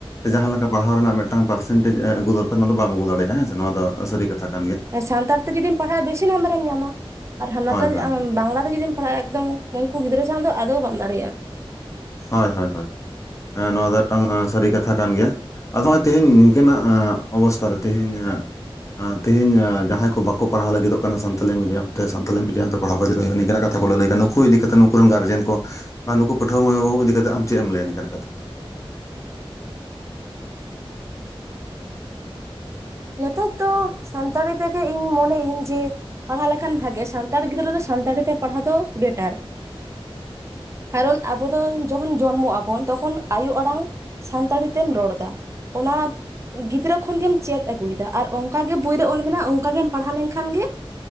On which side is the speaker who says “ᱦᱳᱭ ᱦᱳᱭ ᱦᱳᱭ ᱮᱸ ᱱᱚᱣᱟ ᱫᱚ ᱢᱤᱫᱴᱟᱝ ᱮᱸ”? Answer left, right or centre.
Left